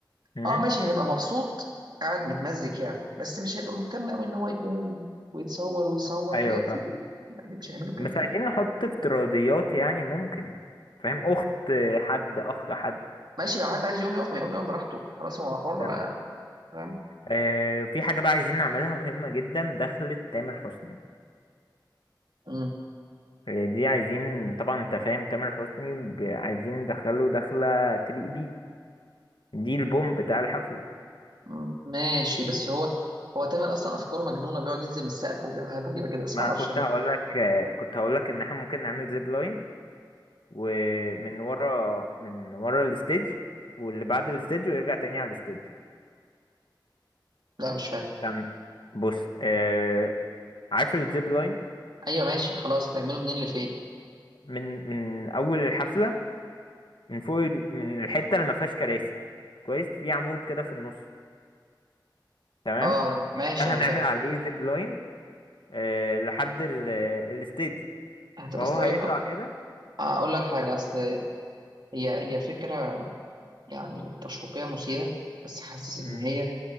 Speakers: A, on the left; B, on the right.
A: امم
B: اه ماشي هيبقى مبسوط قاعد متمزج يعني بس مش هيبقى مهتم قوي ان هو يقوم ويتصور ويصوت
A: ايوه
B: ويأتي
A: فاهم
B: يعني مش هيعملوا كده
A: بس عايزين
B: فاهم
A: نحط افتراضيات يعني ممكن فاهم اخت حد اخ حد
B: ماشي لو حد عايز يقوم يقف ما يقوم يقف براحته خلاص هو حر
A: تمام
B: بقى فاهم
A: آه في حاجة بقى عايزين نعملها مهمة جدا دخلة تامر حسني
B: مم.
A: هي دي عايزين طبعا انت فاهم تامر حسني ب- عايزين ندخله دخلة تليق بيه دي البوم بتاع الحفل
B: مم. ماشي بس هو هو تامر اصلا افكاره مجنونه بيقعد ينزل من السقف وبيعمل حاجات غريبه كده بس
A: ما
B: ما
A: انا
B: اعرفش
A: كنت
B: انا
A: هقول لك كنت هقول لك ان احنا ممكن نعمل زيب لاين ومن ورا من ورا الستيج واللي بعد الستيج ويرجع تاني على الستيج
B: لا مش فاهم
A: كان بص آه عارف الزيب لاين
B: ايوه ماشي خلاص هتعمله منين لفين
A: من من اول الحفلة من فوق ال- من الحتة اللي ما فيهاش كراسي كويس في عمود كده في النص تمام
B: اه ماشي
A: ده هنعمل
B: انا فاهم
A: عليه زيب لاين آه، لحد ال- الستيج
B: هت-
A: فهو
B: بس اقول
A: هيطلع
B: لك
A: كده
B: اقول لك حاجه اصل هي هي فكره يعني تشويقيه مثيره بس حاسس
A: مم.
B: ان هي